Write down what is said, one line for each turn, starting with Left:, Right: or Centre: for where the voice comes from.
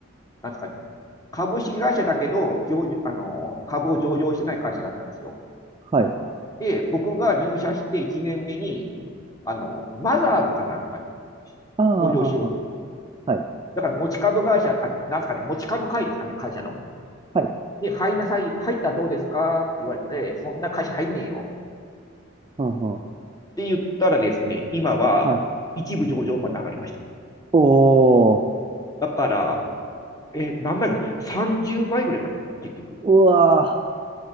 Left: なんですかね、株式会社だけど、上場あの、株を上場してない会社だったんですよ。
Right: はい。
Left: で、僕が入社して1年目に、あの、マザーズかなんかに
Right: ああ、
Left: 上場しようと。
Right: はい、はい、
Left: だから持ち株会社、あの、なんですかね、持ち株会ですかね、会社の。
Right: はい、
Left: で、入りなさい、入ったらどうですかって言われて、そんな会社入んねえよっ
Right: はんはん
Left: て言ったらですね、今は一部上場まで上がりました。
Right: はい。おー、
Left: だから、え何倍か、30倍ぐらいかな、結局。
Right: うわ